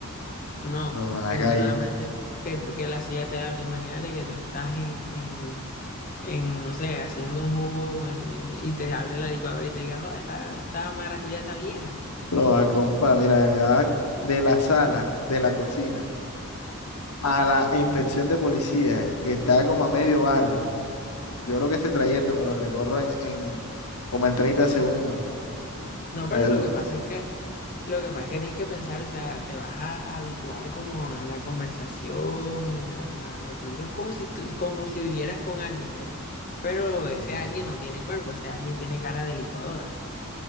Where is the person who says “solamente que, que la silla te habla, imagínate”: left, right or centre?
Left